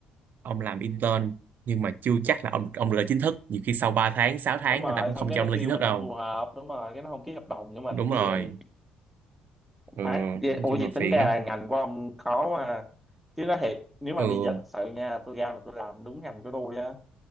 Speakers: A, on the right; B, in the centre.
A: ông làm intern nhưng mà chưa chắc là ông ông được lên chính thức nhiều khi sau 3 tháng 6 tháng
B: đúng rồi
A: người ta cũng
B: xong
A: không
B: cái
A: cho
B: nó
A: ông lên
B: kêu
A: chính thức
B: mình
A: đâu
B: không phù hợp đúng rồi cái nó không ký hợp đồng với mình
A: đúng
B: với
A: rồi
B: gì?
A: ừ,
B: má vậy-
A: nói
B: ủa
A: chung
B: vậy
A: là
B: tính
A: phiền
B: ra
A: lắm
B: là ngành của ông khó mà chứ nó thiệt nếu mà
A: ừ
B: bây giờ thật sự nha tôi ra mà tôi làm đúng ngành của tôi á